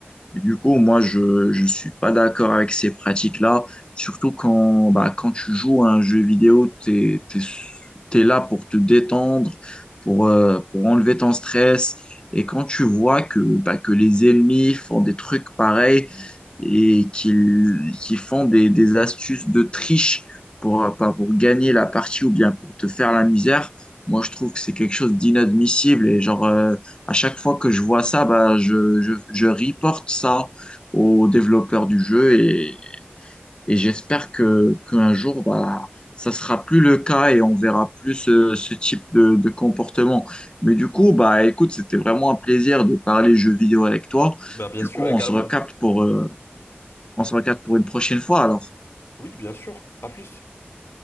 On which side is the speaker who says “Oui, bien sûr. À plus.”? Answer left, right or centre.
Left